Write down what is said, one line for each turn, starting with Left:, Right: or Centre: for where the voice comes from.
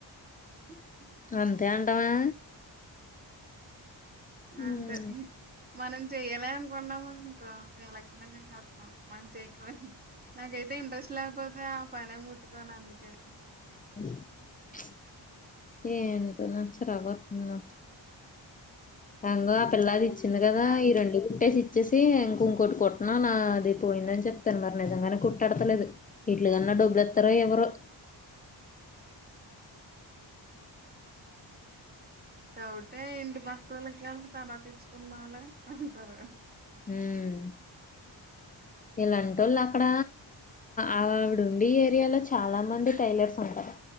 Right: ఉహ్
Left: అంతే అంటవా హ్మ్మ్
Right: అంతే మనం చెయాలె అనుకున్నామునుకో ఎలాగున్నా చేసేతాం మనం చెయ్యడమె నాకైతే ఇంట్రెస్ట్ లేపోతే ఆ పనే ముట్టుకోను అందుకే
Left: <unintelligible> ఏంటోన చిరాకు వాతున్నా అంగో ఆ పిల్లాది ఇచ్చింది కదా
Right: లే
Left: ఈ రెండు కుట్టేసి ఇ వచ్చేసి ఇంక ఇంకోటి కొట్న నాది పాయిందని చెప్తాను మరి నిజంగానే కుట్టడతలేదు ఇట్లు కన్నా డోబ్లీతారో ఇవ్వరో
Right: డౌటే ఇంటి పక్కోలె కదా తర్వాతీచ్చుకుందాలే అంటారు
Left: ఉమ్ ఇలాంటోళ్ళు అక్కడ ఆవిడుండె ఏరియాలో చాలా మంది టైలర్స్ ఉంటారు